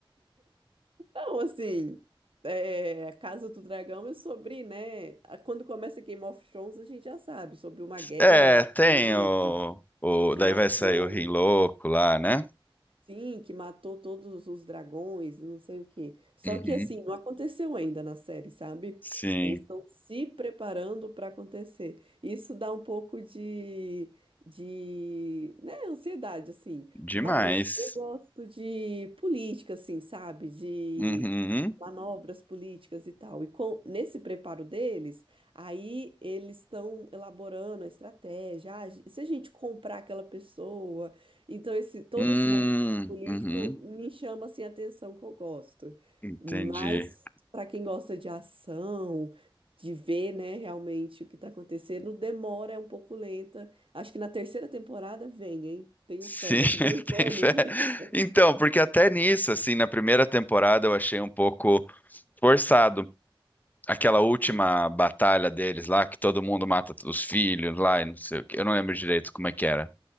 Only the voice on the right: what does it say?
Então, assim, é, a Casa do Dragão é sobre, né? a- Quando começa Game of Thrones, a gente já sabe sobre uma guerra
que
teve,
que
matou,
sim, que matou todos os dragões, não sei o quê. Só
que, assim, não aconteceu ainda na série, sabe?
Eles estão se preparando para acontecer. Isso dá um pouco de, de, né, ansiedade, assim.
Mas eu gosto de política, assim, sabe? De
manobras políticas e tal. E com nesse preparo deles, aí eles estão elaborando a estratégia. Ah, e se a gente comprar aquela pessoa, então esse todo
esse movimento político
me chama assim a atenção que eu gosto.
Mas para quem gosta de ação, de ver, né, realmente o que está acontecendo, demora, é um pouco lenta. Acho que na terceira temporada vem, hein? Tenho
fé, daqui
dois
anos.
<laughs>
Hein?